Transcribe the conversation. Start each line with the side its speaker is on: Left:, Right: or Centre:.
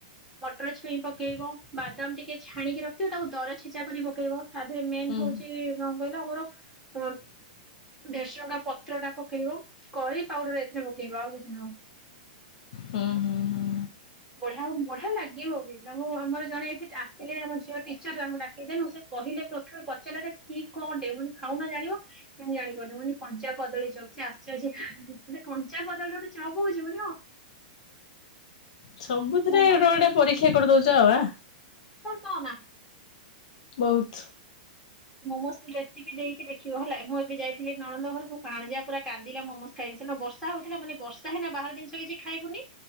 Centre: ମଟର ଛୁଇଁ ପକ୍ ଆଉ ବାଦାମ ଟିକେ ଛାଣିକି ରଖିଥିବ ତାକୁ ଦର ଛେଚା କରି ପକେଇବ ତା ଦେହରେ ମେନ୍
Left: ହୁଁ
Centre: ହଉଛି। କହିଲ ଆମର ଭେରସୁଙ୍ଗା ପତ୍ର ଟା ପକେଇବ କରି ପାଉଡର ଏଥିରେ ପକେଇବ ଆଉ କିଛି ନୁହଁ।
Left: ହୁଁ ହୁଁ ହୁଁ
Centre: ବଢିଆ ବଢିଆ ଲାଗିବ ବି ତାଙ୍କୁ ଆମର ଜଣେ ଏଠି ଆସିଥିଲେ ଆମ ଝିଅ ଟିଚର ତାଙ୍କୁ ଡାକିଦେନୁ ସେ କହିଲେ ପ୍ରଥମେ ପଚାରିଲାଟା କି କଣ ଟେ ମନେ ଖାଉନ ଜାଣିବ ମୁଁ ଜାଣିପାରୁନି ମୁଁ କହିଲି କଞ୍ଚା କଦଳୀ ଚପ୍ ସେ ଆଚର୍ଯ୍ୟ ହେଲେ କଞ୍ଚା କଦଳୀରେ ଗୋଟେ ଚପ୍ ହଉଛି ମୁଁ କହିଲି ହଁ।
Left: ସବୁଥିରେ
Centre: ମୋମୋସ୍
Left: ଗୋଟେ ଗୋଟେ ପରୀକ୍ଷା କରିଦଉଛ ଆଉ ଆଁ।
Centre: ଖାଅନା?
Left: ବହୁତ।
Centre: ମୋମୋଜର ରେସିପି ଦେଇଛି ଦେଖିବ ହେଲା ମୁଁ ଏବେ ଯାଇଥିଲି ନଣନ୍ଦ ଘରକୁ ଭଣଯା ପୁରା କାନ୍ଦିଲା ମୋମୋଜ ଖାଇବି ସେ ଦିନ ବର୍ଷା ହଉଥିଲା ମାନେ ବର୍ଷା ହେନା ବାହାର ଜିନିଷ କିଛି ଖାଇବୁନି